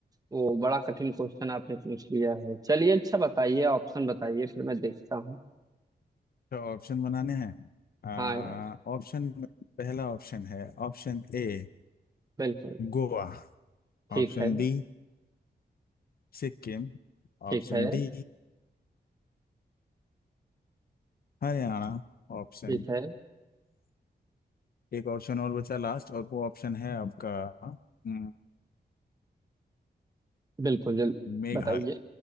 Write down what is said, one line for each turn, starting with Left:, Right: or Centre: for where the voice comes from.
Right: वो बड़ा कठिन क्वेश्चन आपने पूछ लिया है चलिए अच्छा बताइए ऑप्शन बताइए फिर मैं देखता हूँ
Left: तो ऑप्शन बनाने हैं आ,
Right: हाँ यार
Left: ऑप्शन में पहला ऑप्शन है option A
Right: बिल्कुल
Left: Goa
Right: ठीक
Left: option
Right: है
Left: B Sikkim
Right: ठीक
Left: option
Right: है
Left: D Haryana Option
Right: ठीक है
Left: एक ऑप्शन और बचा लास्ट और वो ऑप्शन है आपका हम्म,
Right: बिल्कुल जल
Left: मेघालय
Right: बताइए